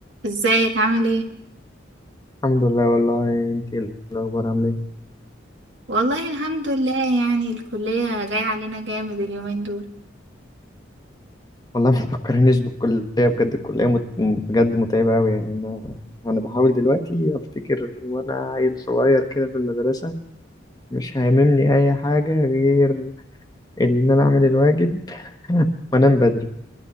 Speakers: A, on the right; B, on the left.
A: ازيك عامل ايه
B: الحمد لله والله انت ايه الاخبار عامله ايه
A: والله الحمد لله يعني الكلية جاية علينا جامد اليومين دول
B: والله ما تفكرنيش بالكليه بجد الكليه مت... بجد متعبه قوي يعني انا انا بحاول دلوقتي افتكر وانا عيل صغير كده في المدرسه مش هاممني اي حاجه غير ان انا اعمل الواجب <laughs> وانام بدري